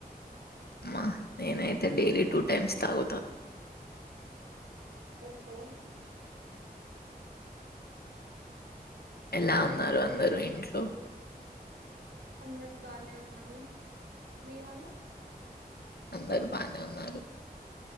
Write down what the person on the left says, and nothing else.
మ్మా నేనైతే డైలీ టూ టైమ్స్ తాగుతా
ఎలా ఉన్నారు అందరూ ఇంట్లో
అందరు బానే వున్నారు